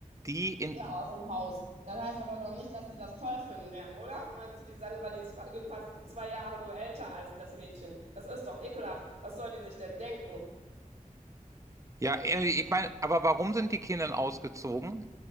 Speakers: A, on the right; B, on the right.
A: Die in.
B: Ja, aus dem Haus. Das heißt aber doch nicht, dass die das toll finden werden, oder? Meinst du, die Sandra, die ist fa- fast zwei Jahre nur älter als das Mädchen? Das ist doch ekelhaft. Was soll die sich denn denken?
A: Ja, äh, ich meine, aber warum sind die Kinder ausgezogen?